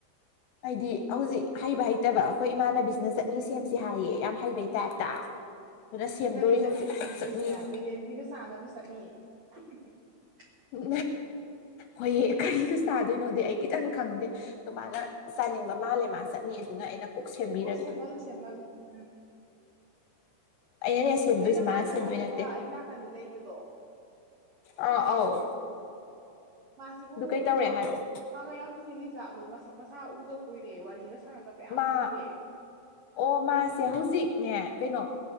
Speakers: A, on the left (about 75°); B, on the right (about 85°).
A: ꯍꯥꯏꯗꯤ ꯍꯧꯖꯤꯛ ꯍꯩꯕ ꯍꯩꯇꯕ ꯑꯩꯈꯣꯏ ꯏꯃꯥꯟꯅꯕꯤꯁꯤꯅ ꯆꯠꯅꯤ ꯁꯦꯝꯁ ꯍꯥꯏꯌꯦ ꯌꯥꯝ ꯍꯩꯕꯩ ꯇꯥꯏꯞꯇ ꯑꯗꯨꯅ ꯁꯦꯝꯗꯣꯔꯤ
B: ꯀꯔꯤ ꯆꯠꯂꯤꯅꯣ
A: ꯍꯧꯖꯤꯛ
B: ꯁꯦꯝꯗꯣꯏꯁꯦ
A: ꯆꯠꯅꯤ
B: ꯕꯦꯂꯦꯟꯗ꯭ꯔꯤꯒ ꯆꯥꯅꯕ ꯆꯠꯅꯤ <unintelligible>
A: ꯎ ꯍꯣꯏ ꯀꯔꯤꯗ ꯆꯥꯗꯣꯏꯅꯣꯗꯤ ꯑꯩ ꯈꯤꯇꯪ ꯈꯪꯗꯦ ꯑꯗꯨꯃꯅ ꯆꯥꯅꯤꯡꯕ ꯃꯥꯜꯂꯦ ꯃꯥ ꯆꯠꯅꯤ ꯑꯗꯨꯅ ꯑꯩꯅ ꯀꯣꯛ ꯁꯦꯝꯕꯤꯔꯒꯦ
B: ꯑꯣ ꯁꯦꯃꯜꯂꯨ ꯁꯦꯃꯜꯂꯨ ꯎꯝ
A: ꯑꯩꯅꯅꯦ ꯁꯦꯝꯗꯣꯏꯁꯤ
B: ꯅꯣꯏ ꯅꯃꯥꯟꯅꯕꯤ
A: ꯃꯥꯅ ꯁꯦꯝꯗꯣꯏ ꯅꯠꯇꯦ
B: ꯑꯃ ꯑꯩ ꯅꯥꯀꯟꯗ ꯂꯩꯕꯗꯣ
A: ꯑꯥ ꯑꯧ
B: ꯃꯥꯁꯤꯕꯨ
A: ꯑꯗꯨ ꯀꯩ ꯇꯧꯔꯦ
B: ꯊꯕꯛ
A: ꯍꯥꯏꯔꯛꯑꯣ
B: ꯏꯡꯈꯥꯡꯒ ꯌꯥꯝ ꯁꯤꯜꯂꯤ ꯖꯥꯠꯂꯣꯏ ꯃꯁꯛ ꯃꯁꯥ ꯎꯗ ꯀꯨꯏꯔꯦ ꯋꯥꯔꯤꯒ ꯁꯪꯗꯧꯕ ꯌꯥꯝ
A: ꯃꯥ
B: ꯀꯨꯏꯔꯦ
A: ꯑꯣ ꯃꯥꯁꯦ ꯍꯧꯖꯤꯛꯅꯦ ꯀꯩꯅꯣ